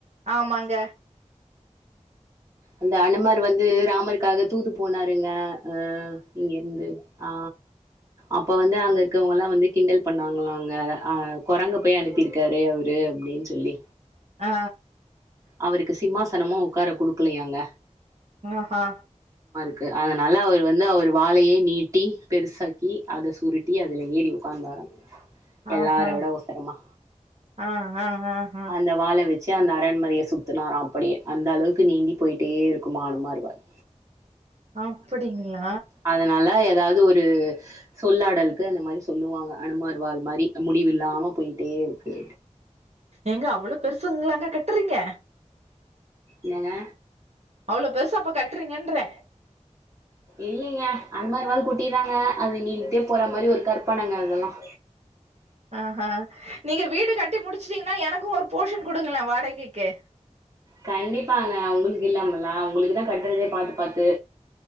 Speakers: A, on the right (about 60°); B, on the right (about 25°).
A: ஆமாங்க
B: அந்த அனுமர் வந்து ராமருக்காக தூது போனாருங்க ஆ இங்க இருந்து ஆ அப்ப வந்து அங்க இருக்கவங்க எல்லா வந்து கிண்டல் பண்ணாங்களாங்க ஆ குரங்க போய் அனுப்பியிருக்காரு அவரு அப்படின்னு சொல்லி
A: ஆ
B: அவருக்கு சிம்மாசனமு உக்கார குடுக்கலையாங்க
A: ஆ ஆ
B: க்கு அதனால அவர் வந்து அவர் வாலயோ நீட்டி பெருசாக்கி அத சுருட்டி அதுல ஏறி உக்காந்தாரா எல்லார
A: ஆஹா
B: விட உசரமா
A: ஆ ஆ ஆ ஆ
B: அந்த வால வச் ச்சி அந்த அரண்மனையை சுத்தினாரா அப்படியே அந்த அளவுக்கு நீண்டி போயிட்டே இருக்குமா அனுமார் வால்
A: அப்படிங்களா
B: அதனால ஏதாவது அது ஒரு சொல்லாடலுக்கு அந்த மாரி சொல்லுவாங்க அனுமர்வால் மாரி முடிவு இலாம போயிட்டே இருக்கு
A: எங்க அவ்வளோ பெருசுங்களாங்க கட்டுறீங்க
B: என்னங்க
A: அவ்ளோ பெருசா அப்ப கட்டுறீங்கன்றே
B: இல்லைங்க அந்த மாரி வாள் குட்டிதாங்க அது நீன்டுட்டே போற மாதிரி ஒரு கற்பனங்க அதெல்லாம்
A: ஆஹ நீங்க வீடு கட்டி முடிச்சிட்டீங்கன்னா எனக்கும் ஒரு போஷன் குடுங்களே வாடகைக்கு
B: கண்டிப்பாங்க உங்களுக்கு இல்லாமல்லா உங்களுக்குதா கட்டறதே பாத்து பாத்து